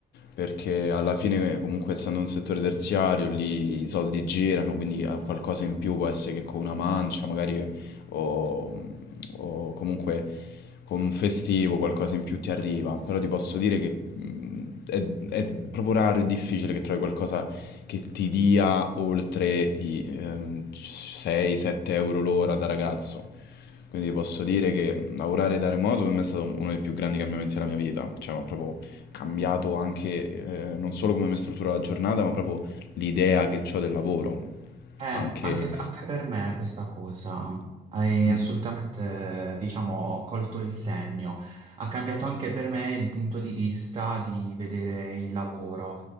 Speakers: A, on the left; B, on the right.
A: perché alla fine comunque essendo un settore terziario lì i soldi girano, quindi eh, qualcosa in più può essere che con una mancia, magari o, o comunque con un festivo qualcosa in più ti arriva, però ti posso dire che mm, è, è proprio raro e difficile che trovi qualcosa che ti dia oltre i 6-7 euro l'ora da ragazzo. Quindi posso dire che lavorare da remoto per me è stato uno dei più grandi cambiamenti della mia vita, cioè mi ha proprio cambiato anche eh, non solo come mi struttura la giornata, ma proprio l'idea che ho del lavoro.
B: Eh,
A: Anche
B: anche, anche per me questa cosa hai
A: Mm,
B: assolutamente, diciamo, colto il segno. Ha cambiato anche per me il punto di vista di vedere il lavoro,